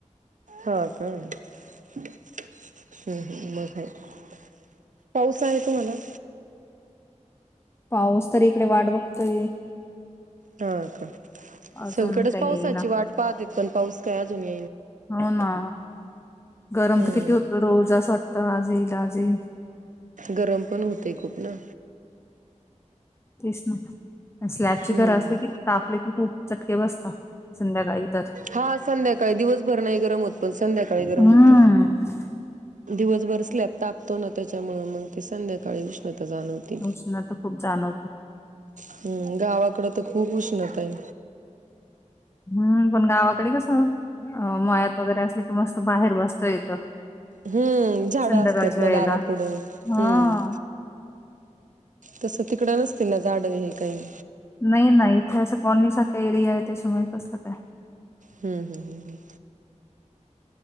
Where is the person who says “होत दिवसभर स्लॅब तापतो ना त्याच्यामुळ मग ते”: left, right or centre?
Right